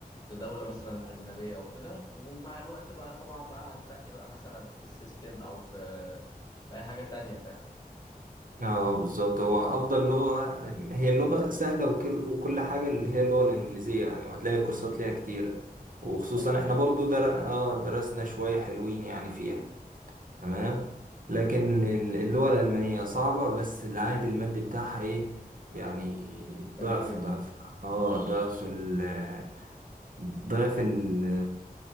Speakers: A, on the left (about 25°); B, on the right (about 60°).
A: لدوله مثلا اجنبيه او كده ومع الوقت بقى طبعا بقى هترقي بقى مثلا ابقى في السيستم او في في اي حاجه تانية فاهم
B: اه بالظبط هو افضل لغه هي اللغه سهله وكل وكل حاجه اللي هي اللغه الانجليزيه يعني وهتلاقي كورسات ليها كتيره وخصوصا
A: ده حقيقة
B: احنا برضو در... اه درسنا شويه حلوين يعني فيها تمام لكن
A: مم.
B: ال- اللغه الالمانيه صعبه بس العائد المادي بتاعها ايه يعني ضعف
A: جميل جدا
B: ضعف اه ضعف ال ضعف ال-